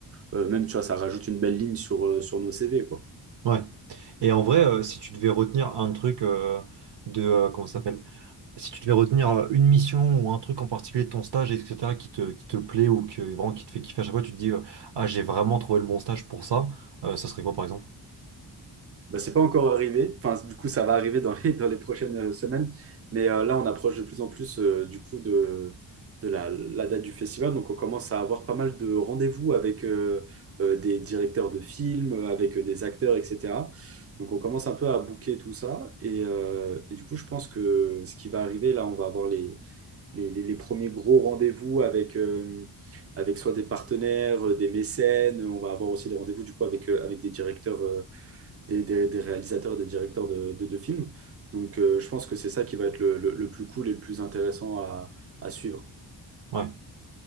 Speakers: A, on the right (about 35°); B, on the right (about 70°).
A: euh, même, tu vois, ça rajoute une belle ligne sur, euh, sur nos CV, quoi.
B: Ouais. Et en vrai, euh, si tu devais retenir un truc euh, de, euh, comment ça s'appelle? Si tu devais retenir euh, une mission ou un truc en particulier de ton stage, etc., qui te, qui te plaît ou que, vraiment, qui te fait kiffer à chaque fois, tu te dis, euh, ah, j'ai vraiment trouvé le bon stage pour ça, euh, ça serait quoi par exemple?
A: Bah, c'est pas encore arrivé. Enfin, du coup, ça va arriver dans les, <laughs> dans les prochaines euh, semaines. Mais euh, là, on approche de plus en plus, euh, du coup, de, de la, la date du festival. Donc, on commence à avoir pas mal de rendez-vous avec euh, euh, des directeurs de films, euh, avec euh, des acteurs, etc. Donc, on commence un peu à booker tout ça. Et, euh, et du coup, je pense que ce qui va arriver, là, on va avoir les, les, les- les premiers gros rendez-vous avec, euh, avec soit des partenaires, euh, des mécènes. On va avoir aussi des rendez-vous du coup avec, euh, avec des directeurs, euh, des, des- des réalisateurs, des directeurs de, de, de films. Donc euh, je pense que c'est ça qui va être le, le- le plus cool et le plus intéressant à, à suivre.
B: Ouais.